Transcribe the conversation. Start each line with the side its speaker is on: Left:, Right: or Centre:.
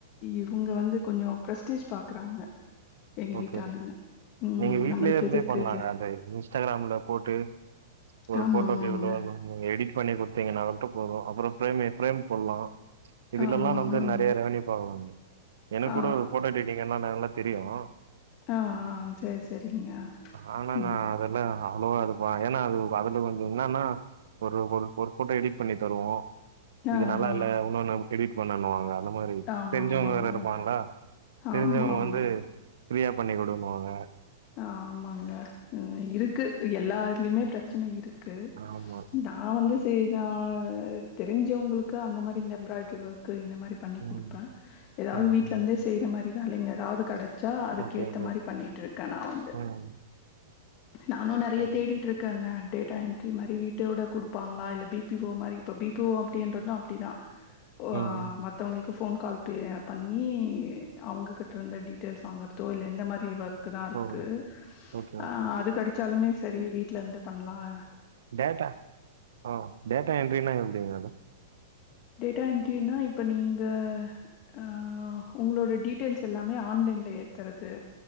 Left: இவுங்க வந்து கொஞ்ச பிரஸ்டீஜ் பாக்குறாங்க எங்க
Right: ஓகே
Left: வீட்டாளுங்க.
Right: ஓகே
Left: ம்
Right: நீங்க வீட்லேருந்தே
Left: நம்மளுக்கு எதுக்கு
Right: பண்ணலாங்க
Left: இது?
Right: அத இன்ஸ்டாகிராம்ல போட்டு ஒரு
Left: ஆமா,
Right: போட்டோ
Left: ஆமாங்க.
Right: எவ்வுளோ <unintelligible> எடிட் பண்ணி குடுத்திங்ன்னா மட்டு போதும் அப்புறோ ஃப்ரேமே ஃப்ரேம் போட்லாம் இது
Left: ஆமா,
Right: நல்லா நம்மக்கு
Left: ஆமாங்க.
Right: நெறைய ரெவன்யூ பாக்காளாங்க எனக்கூட
Left: ஆ
Right: போட்டோ எடிட்டிங்ல நல்லா தெரியும்
Left: ஆஹ் ஆஹ் சேரி சேரிங்க
Right: ஆனா
Left: உம்
Right: நா அதெல்லா அவ்ளோவா இப்பான் ஏன்னா அது அதுல கொஞ்ச என்னான்னா ஒரு ஒரு போட்டோ எடிட் பண்ணி தருவோம்
Left: ஆ,
Right: இது நல்லா
Left: ஆ.
Right: இல்ல ஒன்னொன்னு எடிட் பண்ணணுவாங்க அந்த மாரி
Left: ஆமா,
Right: தெரிஞ்சவங்க
Left: ஆமாங்க.
Right: வேற இருப்பாங்களா தெரிஞ்சவங்க
Left: ஆமா, ஆமா.
Right: வந்து ஃப்ரியா பண்ணி குடுன்னுவாங்க
Left: ஆமாங்க இருக்கு எல்லாதுலயுமே பிரச்சனை இருக்கு
Right: ஆமா
Left: நான் வந்து <unintelligible> தெரிஞ்சவங்களுக்கு அந்த மாரி அந்த எம்ப்ராய்டரி ஒர்க் இந்த மாரி பண்ணி
Right: ம்
Left: குடுப்பேன் எதாவது
Right: ம்
Left: வீட்டுல
Right: ம்
Left: இந்தே செய்யற மாரி வேலைங்க எதாவது கட ச்சா அதுக்கு
Right: ஓகே
Left: ஏத்த
Right: ஓகே
Left: மாரி பண்ணிற்று நான் வந்து
Right: ம்
Left: நானும் நறைய
Right: சரி
Left: தேடிட்டு இருக்கேன் அண்ணே டேட்டா என்டரி மாரி வீட்டோட குடுப்பாங்களா இல்ல பி பி ஒ மாரி இப்ப பி பி ஒ அப்டின்றதும் அப்படிதான் ஓ
Right: ம் ம்
Left: மத்தவங்களுக்கு ஃபோன் கால் பே பண்ணி அவங்க கிட்ட இருந்த டீட்டெய்ல்ஸ் வாங்கறதோ இல்லை எந்த மாதிரி ஒர்க் கிருதான் இருக்கு
Right: ஓ ஓகே
Left: ஆஹ
Right: ஓகே
Left: அது கிடைச்சாலுமே சரி வீட்லந்து பண்ணலாம்
Right: டேட்டா ஆஹ டேட்டா என்ட்ரினா எப்படிங்க அது
Left: டேட்டா என்ட்ரினா இப்ப நீங்க அஹ உங்களோட டீட்டெய்ல்ஸ் எல்லாமே ஆன்லைன்ல ஏத்துறது